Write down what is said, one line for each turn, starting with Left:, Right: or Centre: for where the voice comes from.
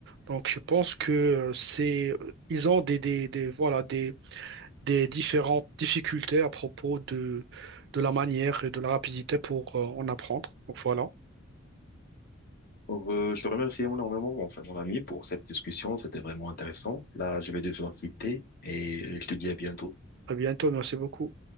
Right: Donc je pense que euh, c'est euh, ils ont des, des, des voilà des des différentes difficultés à propos de de la manière et de la rapidité pour euh, en apprendre. Donc voilà.
Left: Alors, euh, je te remercie énormément, enfin, mon ami, pour cette discussion. C'était vraiment intéressant. Là, je vais devoir quitter et je te dis à bientôt.
Right: À bientôt, merci beaucoup.